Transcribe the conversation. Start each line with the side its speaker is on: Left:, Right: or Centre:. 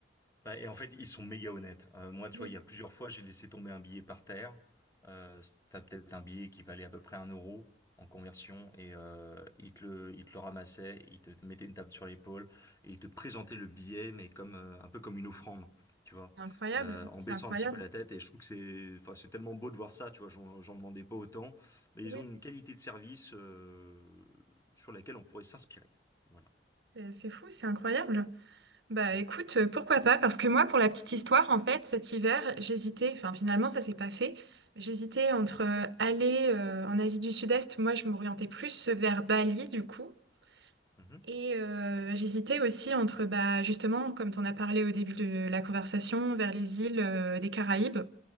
Left: Bah, et en fait, ils sont méga honnêtes. Euh, moi, tu
Right: Oui.
Left: vois, il y a plusieurs fois, j'ai laissé tomber un billet par terre. Euh, c'était peut-être un billet qui valait à peu près un euro en conversion. Et euh, ils te le, ils te le ramassaient, ils te mettaient une table sur l'épaule et ils te présentaient le billet, mais comme euh, un peu comme une offrande, tu vois,
Right: C'est Incroyable,
Left: euh, en
Right: c'est
Left: baissant
Right: incroyable.
Left: un petit peu la tête. Et je trouve que c'est, enfin, c'est tellement beau de voir ça, tu vois. J'en, j'en demandais pas autant, mais
Right: Oui,
Left: ils ont une qualité de service euh, sur laquelle on pourrait s'inspirer. Voilà.
Right: c'est c'est fou, c'est incroyable. Bah
Left: Mm.
Right: écoute, euh, pourquoi pas? Parce que moi, pour la petite histoire, en fait, cet hiver, j'hésitais, enfin finalement ça s'est pas fait. J'hésitais entre euh, aller euh, en Asie du Sud-Est, moi je m'orientais plus vers Bali du coup.
Left: Mhm.
Right: Et euh, j'hésitais aussi entre, bah, justement, comme tu en as parlé au début de la conversation, vers les îles euh, des Caraïbes.